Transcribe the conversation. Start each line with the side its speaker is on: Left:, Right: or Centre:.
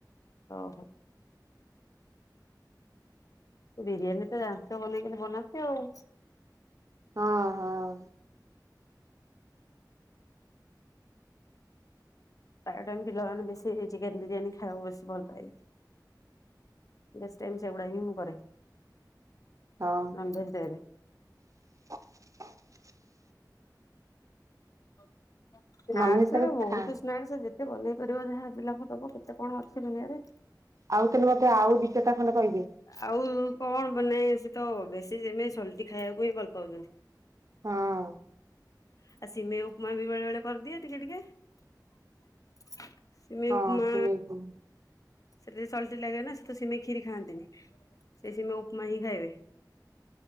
Left: ଓହୋ ବିରିୟାନୀ, ତ ଜାଣିଛ୲ ବନେଇ କି, କେମିତି ବନାନ୍ତି, ଆଉ
Right: ହଁ, ହଁ-
Left: ପ୍ରାଏ, ଟାଇମ୍ ପିଲାମାନେ, ବେଶୀ ଚିକେନ ବିରିୟାନୀ ଖାଇବାକୁ, ବେଶୀ ଭଲ ପାଇବେ ୲ବେଶୀ ଟାଇମ୍, ସେଗୁଡା ହି, ମୁଁ କରେ।
Right: ହଁ
Left: ନମ ଦୁ ହ ଦେରେ
Right: <inaudible>
Left: ଓ ହ ସ୍ନାକ୍ସ,
Right: ନନଭେଜ ତାହେଲେ
Left: ଗୁଡା ବହୁତ,
Right: ଖା
Left: ସ୍ନାକ୍ସ ଯେ କେତେ ବନେଇ ପାରିବ ଯାହା, ପିଲାଙ୍କୁ ଦବ ୲କେତେ କଣ, ଅଛି ଦୁନିଆରେ।
Right: ଆଉ ତାହେଲେ, ମତେ ଆଉ ଦି, ଚାରିଟା ଖଣ୍ଡେ କହିବେ।
Left: ଆଉ କଣ, ବନେଇ ଆସେ? ତ ବେଶୀ ଯେମିତି, ସଲଟି ଖାଇବାକୁ ହିଁ, ଭଲ ପାଉଛନ୍ତି।
Right: ହଁ,
Left: ଆଉ ସିମେଇ, ଉପମା ବି ବେଳେ, ବେଳେ କରିଦିଏ ଟିକେ, ଟିକେ ୲ ସିମେଇ
Right: ହଁ
Left: ଉପମା,
Right: ସେମିତି ହୁଁ
Left: ସେଟା ଟିକେ ସଲ୍ଟି ଲାଗେ ନା, ସେ ତ ସିମେଇ କ୍ଷୀରି, ଖାଆନ୍ତିନି ୲ସେ ସିମେଇ, ଖାଇବେ।